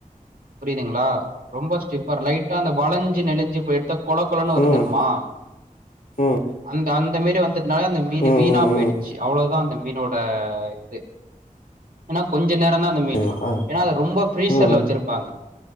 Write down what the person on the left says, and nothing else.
ம் ம்
ம்
ம்
ம்
அப்டிங்களா
ம்